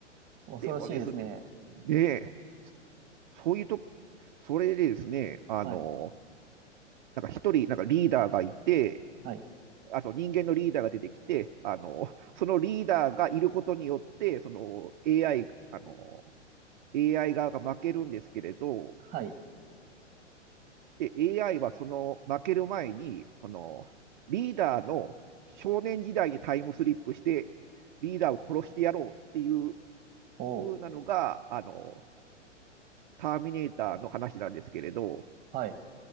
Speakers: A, on the right; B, on the right.
A: ー、恐ろしいですね。
B: でもですね、ねえそういうと、それでですね、あの、
A: はい、
B: なんか一人、なんかリーダーがいて、
A: はい、
B: あと人間のリーダーが出てきて、あの、そのリーダーがいることによって、その AI、あの、AI 側が負けるんですけれど、
A: はい。
B: で、AI はその負ける前に、そのリーダーの少年時代にタイムスリップして、リーダーを殺してやろうっていう
A: おう、
B: 風なのが、あの、ターミネーターの話なんですけれど、
A: はい、